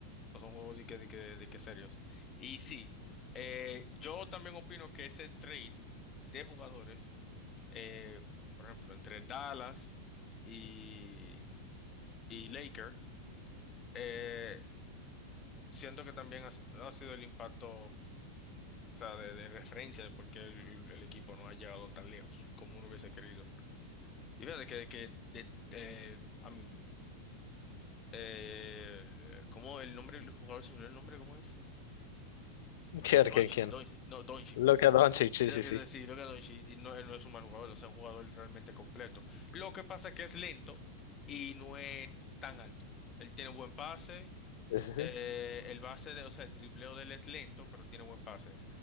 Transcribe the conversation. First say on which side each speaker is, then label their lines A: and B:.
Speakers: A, on the left (about 30°); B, on the left (about 70°).
A: no son juegos de que, de que, de que serios. Y sí, eh, yo también opino que ese trade de jugadores, eh, por ejemplo, entre Dallas y, y Laker, eh, siento que también ha, si- ha sido el impacto. O sea, de, de referencia de por qué el, el equipo no ha llegado tan lejos como uno hubiese querido. Y fíjate que, que de, de- I mean, eh, ¿cómo el nombre del jugador se me olvidó el nombre? ¿Cómo es?
B: <laughs> ¿Quién,
A: Doncic,
B: quién, quién?
A: Doncic, no, Doncic.
B: Luka Doncic, sí,
A: Yo
B: sí,
A: creo
B: sí.
A: que sí, lo que Doncic y no, él no es un mal jugador, o sea, un jugador realmente completo. Lo que pasa es que es lento y no es tan alto. Él tiene buen pase,
B: Sí, sí, sí.
A: Eh, el base de, o sea, el dribleo de él es lento, pero tiene buen pase. O